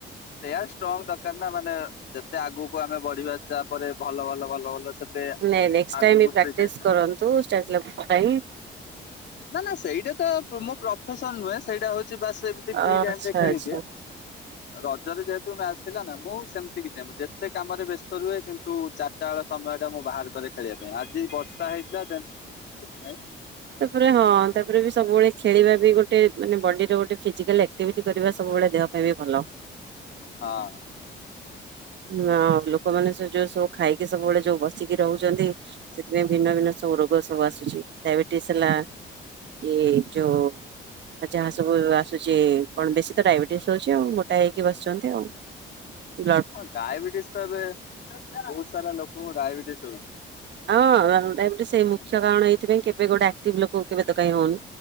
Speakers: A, on the left; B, on the right.
A: ଏୟାଷ୍ଟ୍ରଙ୍ଗ ଦରକାର ନା ମାନେ ଯେତେ ଆଗକୁ ଆମେ ବଢିବା ତାପରେ ଭଲ ଭଲ ଭଲ ଭଲ ସେତେ
B: ନାଇଁ ନାଇଁ ନେକ୍ସଟ୍
A: ଆଗକୁ
B: ଟାଇମ୍ ପ୍ରାକ୍ଟିସ୍
A: ସେଇଟା
B: କରନ୍ତୁ ଷ୍ଟାର୍ଟ ଲକ୍ ପାଇଁ।
A: ନା ନା ସେଇଟା ତ ମୋ ପ୍ରଫେସନ ନୁହେଁ ସେଇଟା ହୋଉ ବାସ ଏମିତି ଫି
B: ଆଚ୍ଛା
A: ଟାଇ ରେ ଖେଳିଦିଏ।
B: ଆଚ୍ଛା
A: ରଜରେ ଯେହେତୁ ମ୍ୟା ଆଚ ଥିଲା ନା ମୁଁ ସେମିତି କି ଚାହିବ ଯେତେ କାମରେ ବ୍ୟସ୍ତ ରୁହେ କିନ୍ତୁ ଚାରିଟା ବେଳ ସମୟ ଟା ମୁଁ ବାହାର କରେ ଖେଳିବା ପାଇଁ ଆଜି ବର୍ଷା ହେଇଥିଲା ଦେ ସେଥିପାଇଁ
B: ତା ହଁ ତାପରେ ବି ସବୁବେଳେ ଖେଳିବା ବି ଗୋଟେ ମାନେ ବଡିର ଗୋଟେ ଫିଜିକାଲ୍ ଆକ୍ଟିଭିଟି କରିବା ସବୁବେଳେ ଦେହ ପାଇଁ ବି ଭଲ।
A: ହଁ
B: ହ ଆଉ ଲୋକମାନୋନ ସବୁ ଯୋଉ ସବୁ ଖାଇକି ସବୁବେଳେ ଯୋଉ ବସିକି ରୋହୁଚନ୍ତି ସେଥିପାଇଁ ଭିନ୍ନ ଭିନ୍ନ ସବୁ ର ର ସବୁ ଆସୁଛି ଡାଇବେଟିସ୍ ହେଲା କି ଯୋଉ ଆ ଯାହା ସବୁ ଆସୁଛି କଣ ବେଶୀ ତ ଡାଇବେଟିସ ହୋଉଚି ଆଉ ମୋଟା ହେଇକି ବସିଚନ୍ତି ଆଉ। ହଁ
A: ହଁ ଡାଇବେଟିସ ତ ଏବେ ବହୁତ ସାରା ଲୋକଙ୍କୁ ଡାଇବେଟିସ ହୋଉଛି
B: ହଁ ସେଇ ମୁଖ୍ୟ କାରଣ ଏଇଥିପାଇଁ କେବେ ଗୋଟେ ଆକ୍ଟିଭ ଲୋକ କେବେ ତ କାଇଁ ହୋଇନି